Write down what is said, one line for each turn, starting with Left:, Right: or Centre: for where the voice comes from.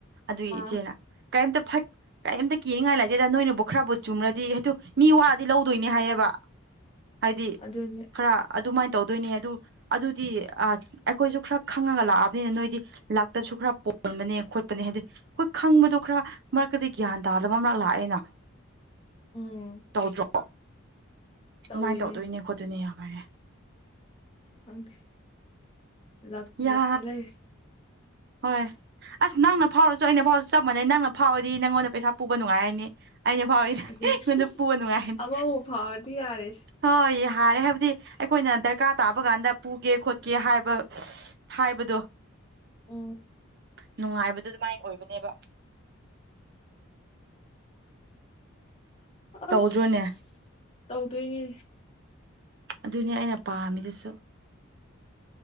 Right: ꯑꯗꯨꯒꯤ
Left: ꯑꯥ
Right: ꯏꯆꯦꯅ ꯀꯥꯏꯝꯇ ꯐꯥꯏ ꯀꯔꯤꯝꯇ ꯀꯤꯅꯤꯡꯉꯥꯏ ꯂꯩꯇꯦꯗ ꯅꯣꯏꯅꯕꯨ ꯈꯔꯕꯨ ꯆꯨꯝꯅꯗꯤ ꯍꯥꯏꯗ ꯃꯤ ꯋꯥꯗꯤ ꯂꯧꯗꯣꯏꯅꯦ ꯍꯥꯏꯌꯦꯕ
Left: <unintelligible>
Right: ꯍꯥꯏꯗꯤ
Left: ꯑꯗꯨꯅꯤ
Right: ꯈꯔ ꯑꯗꯨꯃꯥꯏꯅ ꯇꯧꯗꯣꯏꯅꯦ ꯑꯗꯨ ꯑꯗꯨꯗꯤ ꯑꯩꯈꯣꯏꯁꯨ ꯈꯔ ꯈꯪꯉꯒ ꯂꯥꯛꯑꯕꯅꯤꯅ ꯅꯣꯏꯗꯤ ꯂꯥꯛꯇꯁꯨ ꯈꯔ ꯌꯣꯟꯕꯅꯦ ꯈꯣꯠꯄꯅꯦ ꯍꯥꯏꯗꯤ ꯑꯩꯈꯣꯏ ꯈꯪꯕꯗꯣ ꯈꯔ ꯃꯔꯛꯇꯗꯤ ꯒ꯭ꯌꯥꯟ ꯇꯥꯗꯕ ꯑꯃꯛ ꯂꯥꯛꯑꯦꯅ
Left: ꯎꯝ
Right: ꯇꯧꯗ꯭ꯔꯣ
Left: ꯇꯧꯋꯤꯅꯦ
Right: ꯁꯨꯃꯥꯏꯅ ꯇꯧꯗꯣꯏꯅꯦ ꯈꯣꯠꯇꯣꯏꯅꯦ ꯌꯥꯝ ꯍꯥꯏꯔꯦ
Left: ꯈꯪꯗꯦ ꯂꯛ
Right: ꯌꯥ
Left: ꯂꯛꯇ ꯂꯩꯔꯦ
Right: ꯍꯣꯏ ꯑꯁ ꯅꯪꯅ ꯐꯥꯎꯔꯁꯨ ꯑꯩꯅ ꯐꯥꯎꯔꯁꯨ ꯆꯞ ꯃꯥꯟꯩ ꯅꯪꯅ ꯐꯥꯎꯔꯗꯤ ꯅꯪꯉꯣꯟꯗ ꯄꯩꯁꯥ ꯄꯨꯕ ꯅꯨꯡꯉꯥꯏ ꯔꯅꯤ ꯑꯩꯅ ꯐꯥꯎꯏꯗ
Left: ꯑꯗꯨꯅꯤ
Right: ꯑꯩꯉꯣꯟꯗ ꯄꯨꯕ ꯅꯨꯡꯉꯥꯏꯅꯤ
Left: ꯑꯃꯕꯨ ꯐꯥꯎꯔꯗꯤ ꯌꯥꯔꯦ
Right: ꯍꯣꯏ ꯌꯥ ꯌꯥꯔꯦ ꯍꯥꯏꯕꯗꯤ ꯑꯩꯈꯣꯏꯅ ꯗꯔꯀꯥꯔ ꯇꯥꯕ ꯀꯥꯟꯗ ꯄꯨꯒꯦ ꯈꯣꯠꯀꯦ ꯍꯥꯏꯕ ꯍꯥꯏꯕꯗꯣ
Left: ꯑꯣ
Right: ꯅꯨꯡꯉꯥꯏꯕꯗꯨ ꯑꯗꯨꯃꯥꯏꯅ ꯑꯣꯏꯕꯅꯦꯕ
Left: ꯑꯁ
Right: ꯇꯧꯗ꯭ꯔꯣꯅꯦ
Left: ꯇꯧꯗꯣꯏꯅꯦ
Right: ꯑꯗꯨꯅꯤ ꯑꯩꯅ ꯄꯥꯝꯃꯤꯗꯨꯁꯨ